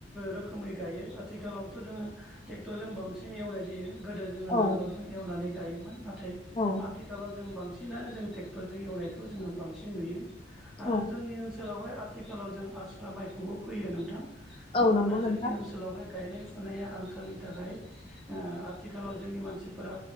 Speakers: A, in the centre; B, on the left.
A: रोखोमै गायो आथिखालावथ' जोङो ट्रेक्टरजों बांसिन एवनाय जायो। गोदो जोङो
B: औ
A: नांगोलजों एवनानै गायोमोन नाथाय
B: औ
A: आथिखालाव जों बांसिनानो जों ट्रेक्टरजों एवनायखौ जोङो बांसिन नुयो आरो
B: औ
A: जोंनि ओनसोलावहाय आथिखालाव जों आस्रा माइखौबो फैयो नोंथां
B: औ
A: मानोना
B: नंगौ
A: जोंनि
B: नोंथां
A: ओनसोलाव सोलावहाय गायनाय फुनाया आंखालनि थाखाय आथिखालाव जोंनि मानसिफोरा